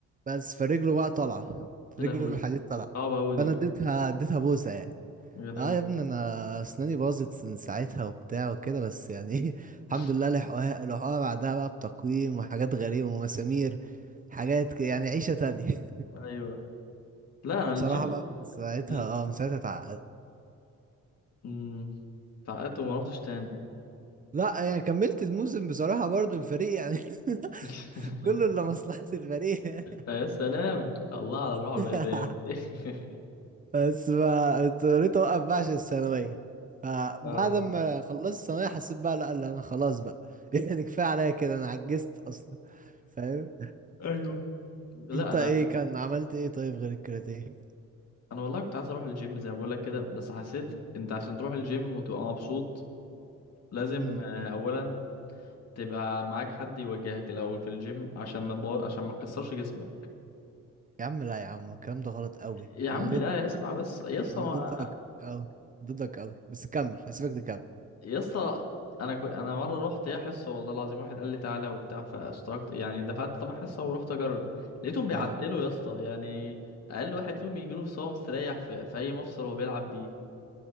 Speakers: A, on the right; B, on the left.
A: بس فرجله بقى طالعه
B: يا
A: رجله
B: لهوي
A: الحديد طالعه
B: صعبة اوي دي
A: فانا اديتها اديتها بوسه يعني
B: يا لهوي
A: اه يا ابني انا اسناني باظت من ساعتها وبتاع وكده بس يعني ايه <laughs> الحمد
B: <laughs>
A: لله لحقوها لحقوها بعدها بقى بتقويم وحاجات غريبة ومسامير حاجات ك- يعني عيشة تانية <laughs>
B: ايوه لا انا الجيم
A: بصراحة بقى من ساعتها
B: ال...
A: اه من ساعتها اتعقدت
B: مم. اتعقدت وما رحتش تاني
A: لا يعني كملت الموسم بصراحة برضو الفريق يعني <laughs>
B: <laughs>
A: كله الا مصلحة الفريق
B: يا سلام الله على الروح الرياضية
A: <laughs>
B: دي
A: <laughs>
B: <laughs>
A: بس ما اضطريت اوقف بقى عشان الثانويه فبعد
B: اه
A: ما خلصت الثانويه حسيت بقى لا لا انا خلاص بقى <laughs> يعني كفايه عليا كده انا عجزت اصلا فاهم
B: ايوه لا
A: انت
B: انا
A: ايه كان عملت ايه طيب غير الكاراتيه
B: انا والله كنت عايز اروح الجيم زي ما بقولك كده بس حسيت انت عشان تروح الجيم وتبقى مبسوط لازم
A: امم
B: آه، اولا تبقى معاك حد يوجهك الاول في الجيم عشان ما تبو... عشان ما تكسرش جسمك
A: يا عم لا يا عم الكلام ده غلط قوي
B: يا عم
A: انا ضد
B: لا اسمع بس يا اسطى
A: انا
B: ما-
A: ضدك قوي ضدك قوي بس كمل هسيبك تكمل
B: يا اسطى انا كو... انا مره رحت ايه حصه والله العظيم واحد قال لي تعالى وبتاع فاشتركت يعني دفعت ثمن حصه ورحت اجرب لقيتهم بيعتلوا
A: اه
B: يا اسطى يعني اقل واحد فيهم يجيله صوم مستريح في... في اي مفصل هو بيلعب بيه